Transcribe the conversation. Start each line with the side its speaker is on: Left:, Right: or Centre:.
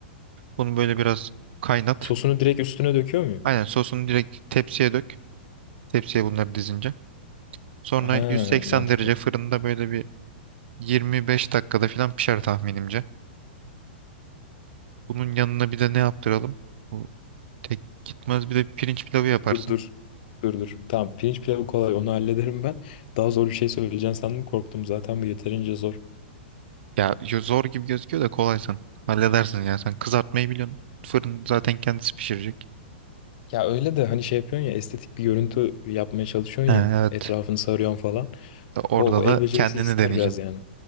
Right: Bunu böyle biraz kaynat.
Left: Sosunu direkt üstüne döküyor muyum?
Right: Aynen sosunu direkt tepsiye dök. Tepsiye bunları dizince. Sonra
Left: Ha
Right: 180
Left: mantıklı.
Right: derece fırında böyle bir 25 dakikada falan pişer tahminimce. Bunun yanına bir de ne yaptıralım? Bu tek gitmez bir de pirinç pilavı yaparsın.
Left: Dur dur. Dur dur. Tamam pirinç pilavı kolay onu hallederim ben. Daha zor bir şey söyleyeceğim sandım korktum zaten bu yeterince zor.
Right: Ya yo- zor gibi gözüküyor da kolaysın. Halledersin ya sen kızartmayı biliyorsun. Fırın zaten kendisi pişirecek.
Left: Ya öyle de hani şey yapıyorsun ya estetik bir görüntü yapmaya çalışıyorsun
Right: Ha,
Left: ya
Right: evet.
Left: etrafını sarıyorsun falan.
Right: Orada
Left: O el
Right: da
Left: becerisi
Right: kendini
Left: ister
Right: deneyeceksin.
Left: biraz yani.